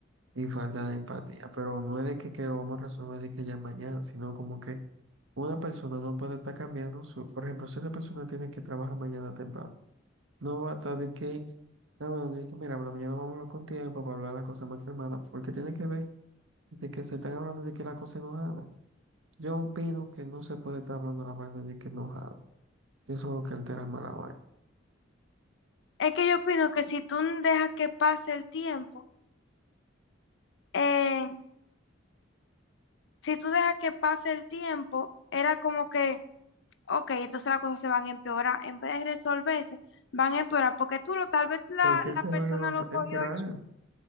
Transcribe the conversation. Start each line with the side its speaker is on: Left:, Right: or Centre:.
Right: y falta de empatía, pero no es de que, que lo vamos a resolver de que ya mañana, sino como que una persona no puede estar cambiando su, por ejemplo, si esa persona tiene que trabajar mañana temprano, no va a estar de que, ah, bueno, de que mira, por la mañana vamos a hablar con tiempo para hablar las cosas más calmadas, porque tiene que ver de que se están hablando de que la cosa enojada. Yo opino que no se puede estar hablando la vaina de que enojada, eso es lo que altera más la vaina.
Left: Es que yo opino que si tú dejas que pase el tiempo, eh, si tú dejas que pase el tiempo, era como que, ok, entonces las cosas se van a empeorar. En vez de resolverse, van a empeorar porque tú lo, tal vez la,
Right: ¿Por qué
Left: la
Right: se
Left: persona
Right: va a eno-
Left: lo
Right: empeorar?
Left: cogió